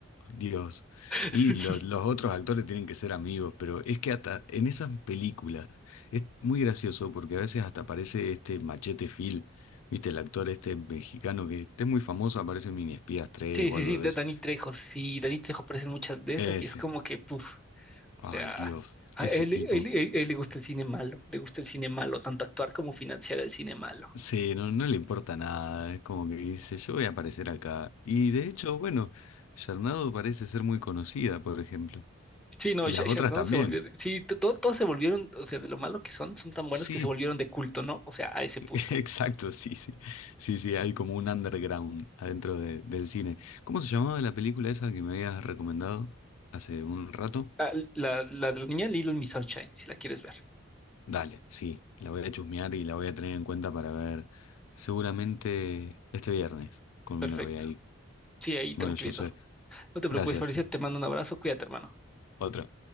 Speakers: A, on the left (about 80°); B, in the centre.
A: Dios.
B: <laughs>
A: Y lo- los otros actores tienen que ser amigos, pero es que hasta en esas películas es muy gracioso porque a veces hasta aparece este Machete Phil, ¿viste? El actor este mexicano que este es muy famoso, aparece en Mini Espías 3
B: Sí,
A: o
B: sí,
A: algo
B: sí,
A: de
B: Da-
A: eso.
B: Dani Trejo, sí, Dani Trejo aparece en muchas de esas
A: Ese,
B: y es como que, puf, o
A: ay
B: sea,
A: Dios,
B: a
A: ese
B: él,
A: tipo.
B: él- él- él le gusta el cine malo, le gusta el cine malo, tanto actuar como financiar el cine malo.
A: Sí, no, no le importa nada, es como que dice, yo voy a aparecer acá. Y de hecho, bueno, Sharnado parece ser muy conocida, por ejemplo.
B: Sí, no,
A: Y
B: Sha-
A: las otras
B: Sharknado
A: también.
B: se volvió, de- sí, to- to- todos se volvieron, o sea, de lo malo que son, son tan buenos
A: Sí,
B: que se volvieron de culto, ¿no? O sea, a ese punto.
A: <laughs> Exacto, sí, sí. Sí, sí, hay como un underground adentro de- del cine. ¿Cómo se llamaba la película esa que me habías recomendado hace un rato?
B: Ah, la, la de la niña Little Miss Sunshine, si la quieres ver.
A: Dale, sí, la voy a chusmear y la voy a tener en cuenta para ver seguramente este viernes con
B: Perfecto.
A: mi novia ahí.
B: Sí, ahí tranquilito.
A: Bueno, yo sé.
B: No te
A: Gracias.
B: preocupes, Fabricio, te mando un abrazo. Cuídate, hermano.
A: Otro.